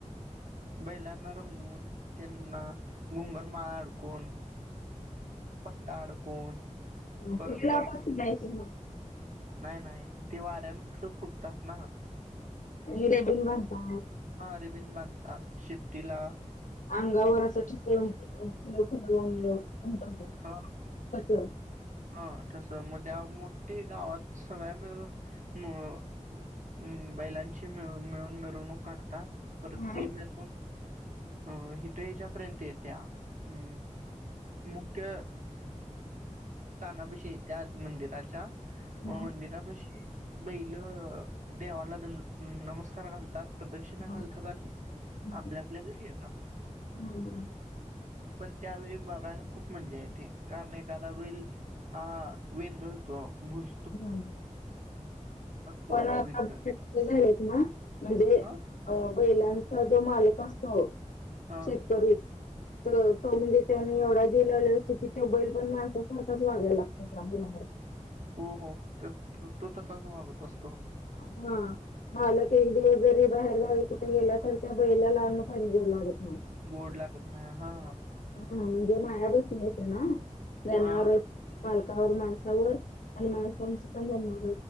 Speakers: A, on the right; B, on the left.
A: बैलांना रंगून त्यांना गुंगर माळा अडकून. पट्टा अडकून
B: ह
A: परत
B: इथला वा नाही सि.
A: नाही नाही ते वाऱ्यान कसं फुटतात ना.
B: हेे बता.
A: हा रिबीन बांधतात शिपटीला.
B: अंगावर असं ठसु खुल उमटवत
A: हा
B: कस.
A: हा तस मग त्या मोठठी गावात सग्या मिळून. अ बैलांची मिळ मिळून मिरवणूक काढतात. तर त
B: हा.
A: मिळून. अ हिथ ह्याच्यापर्यंत येत्या अ मुख्य. स्थानापशी येत्या मंदिराच्या व
B: हा.
A: मंदिरापशी. बैल देवाला द नमस्कार घालतात. प्रदक्षिणा
B: हा.
A: घालतात आणि
B: हम्म.
A: आपल्या आपल्या घरी येतात.
B: हम्म.
A: पण त्यावेळी बघायला खूप मजा येते कारण एखादा वेळी. हा वेंद होतो भुस.
B: ह
A: पळतो
B: पण
A: इकडं
B: झाले ना म्हणजे.
A: ह
B: अ बैलांचा जो मालक असतो
A: हा
B: शेतकरी. तो म्हणजे त्यानी एवढा जे लावले असतो की ते बैल पण माणसासारखाच वागायला लागतो. चां <inaudible>
A: हो हो तो तसाच वागत असतो
B: हम् मालक एक दिवस जरी बाहेर जावी कुठे गेला तर त्या बैलाला अ्न पाणी गोर लागत नाही
A: गोड लागत नाही हा
B: हा ह म्हणजे मायाबसून मिळेते ना दन
A: हा
B: मालकावर माणसावर आणि माणसांची पण जन्मा